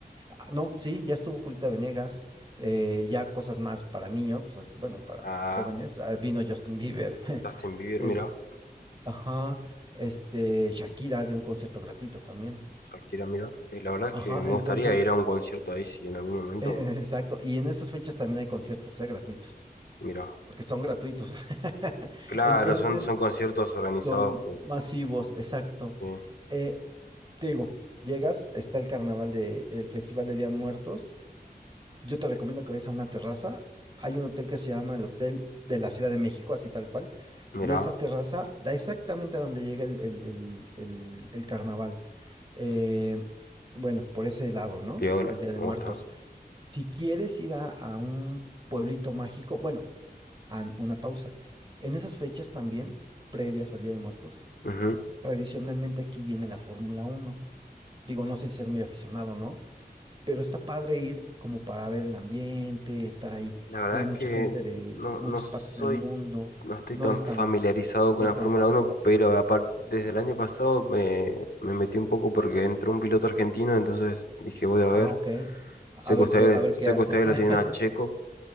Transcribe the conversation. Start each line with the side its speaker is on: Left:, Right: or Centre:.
Right: ah, no, sí, ya estuvo Julieta Venegas, eh, ya cosas más para niños, pues, bueno, para
Left: Ah,
Right: jóvenes, ah, vino Justin Bieber. <laughs>
Left: Justin Bieber,
Right: este,
Left: mira.
Right: Ajá, este, Shakira dio un concierto gratuito también.
Left: Shakira, mira. Eh, la verdad es
Right: Ajá,
Left: que me
Right: entonces,
Left: gustaría ir a un concierto ahí si en algún
Right: <laughs>
Left: momento.
Right: eh, exacto. Y en esas fechas también hay conciertos, eh, gratuitos,
Left: Mira.
Right: porque son gratuitos. <laughs>
Left: Claro,
Right: Entonces,
Left: son, son conciertos organizados
Right: son
Left: por.
Right: masivos, exacto.
Left: Sí.
Right: Eh, te digo, llegas, está el carnaval de, el Festival de Día de Muertos, Yo te recomiendo que vayas a una terraza. Hay un hotel que se llama el Hotel de la Ciudad de México, así tal cual.
Left: Mira.
Right: Y esa terraza da exactamente a donde llega el, el- el- el- el carnaval. Eh, bueno, por ese lado, ¿no?
Left: Piola,
Right: El Día
Left: me
Right: de Muertos.
Left: gusta.
Right: Si quieres ir a, a un pueblito mágico, bueno, a una pausa. En esas fechas también, previas al Día de Muertos,
Left: Ujú.
Right: tradicionalmente aquí viene la Fórmula Uno. Digo, no sé si es muy aficionado, ¿no? pero está padre ir como para ver el ambiente, estar ahí.
Left: La verdad
Right: Viene
Left: es
Right: mucha
Left: que
Right: gente de
Left: no,
Right: muchas
Left: no soy,
Right: partes del mundo.
Left: no estoy
Right: No
Left: tan
Right: eres
Left: familiarizado
Right: tan, no
Left: con la
Right: es tan
Left: Fórmula
Right: fan.
Left: Uno
Right: Ok.
Left: pero aparte, desde el año pasado me, me metí un poco porque entró un piloto argentino, entonces dije, voy a ver.
Right: Ah, ok. A
Left: Sé
Right: ver
Left: que ustedes,
Right: qué, a ver qué
Left: sé
Right: hace.
Left: que ustedes
Right: <laughs>
Left: lo tienen a Checo.